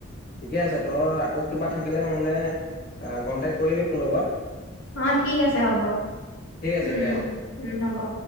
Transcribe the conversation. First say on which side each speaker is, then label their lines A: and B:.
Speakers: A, on the left; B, on the left.
A: ঠিকে আছে তই আকৌ কিবা থাকিলে মোলে। কন্টেক্ট কৰিবি মোৰ লগত
B: অ ঠিক আছে হ'ব
A: ঠিক আছে
B: উম
A: দে
B: উম
A: হ'ব।
B: উম হ'ব অ।